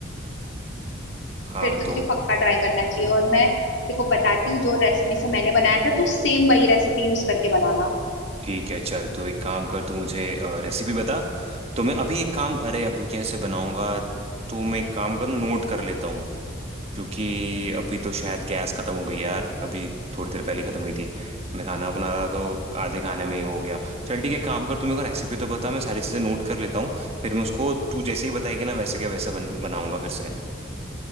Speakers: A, on the right; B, on the left.
A: हाँ
B: फिर तो
A: तो
B: तुझे पक्का ट्राई करना चाहिए और मैं देखो बताती हूँ जो रेसिपी से मैंने बनाया था तू सेम वही रेसिपी यूज करके बनाना
A: ठीक है चल तू एक काम कर तू मुझे रेसिपी बता तो मैं अभी एक काम अरे अभी कैसे बनाऊंगा तो मैं एक काम कर नोट कर लेता हूँ क्योंकि अभी तो शायद गैस खत्म हो गई यार अभी थोड़ी देर पहले खत्म हुई थी मैं खाना बना रहा तो आधे खाने में ही हो गया चल ठीक है काम कर तू मेरे को रेसिपी तो बता मैं सारी चीजें नोट कर लेता हूँ फिर मैं उसको तू जैसे ही बताएगी ना वैसे क्या वैसा बन, बनाऊंगा फिर से